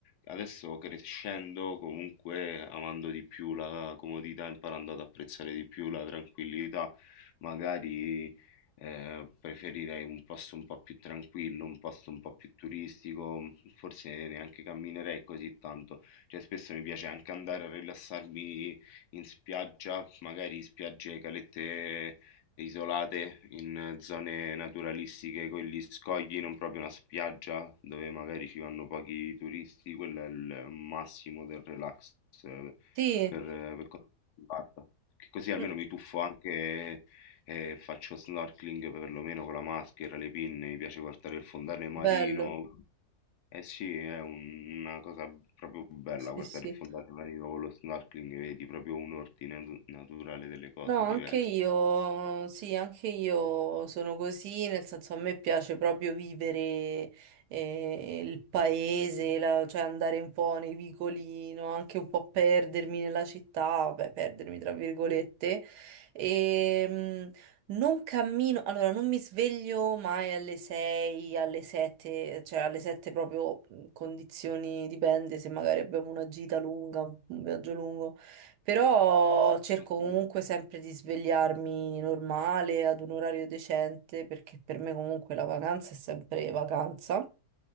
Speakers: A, on the left; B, on the right.
A: Adesso crescendo, comunque amando di più la comodità, imparando ad apprezzare di più la tranquillità, magari eh, preferirei un posto un po' più tranquillo, un posto un po' più turistico, mm, forse neanche camminerei così tanto. Cioè, spesso mi piace anche andare a rilassarmi in spiaggia, magari spiagge, calette isolate in zone naturalistiche con gli scogli, non proprio una spiaggia dove magari ci vanno pochi turisti, quello è il massimo del relax eh,
B: Sì,
A: per, per quanto mi riguarda. Che Così almeno
B: mm,
A: mi tuffo anche e faccio snorkeling perlomeno con la maschera, le pinne, mi piace guardare il fondale marino.
B: bello.
A: Eh sì, è un- una cosa proprio bella
B: Sì,
A: guardare
B: sì.
A: il fondale marino con lo snorkeling, vedi proprio un ordine natu- naturale delle cose
B: No, anche
A: diverse.
B: io, sì, anche io sono così, nel senso a me piace proprio vivere eh, il paese, la- cioè andare un po' nei vicoli, no? Anche un po' perdermi nella città, vabbè, perdermi tra virgolette. E, mh, non cammino, allora non mi sveglio mai alle 6, alle 7, cioè alle 7 proprio mh, condizioni, dipende se magari abbiamo una gita lunga, un viaggio lungo. Però cerco
A: Ok,
B: comunque sempre di svegliarmi normale, ad un orario decente, perché per me comunque la vacanza è sempre vacanza.